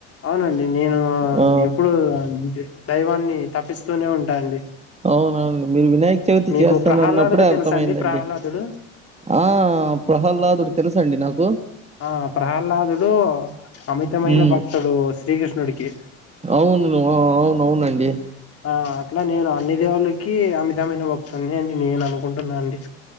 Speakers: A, on the left (about 40°); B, on the right (about 15°).
A: అవునండి నేను
B: ఆ
A: ఎప్పుడు దైవాన్ని తపిస్తూనే ఉంటా అండి
B: అవునవునండి మీరు వినాయక చవితి
A: మీకు
B: చేస్తార
A: ప్రహ్లాదుడు
B: న్నప్పుడే అర్థమైందండి
A: తెలుసా అండి ప్రహ్లాదుడు
B: ఆ ప్రహ్లాదుడు తెలుస అండి నాకు
A: ఆ ప్రహ్లాదుడు అమితమైన
B: ఉమ్
A: భక్తుడు శ్రీకృష్ణుడికి
B: అవును ఆ ఔను అవునండి
A: ఆ అట్లా నేను అన్ని దేవుళ్ళకి అమితమైన భక్తుడ్ని అని నేను అనుకుంటున్నా అండి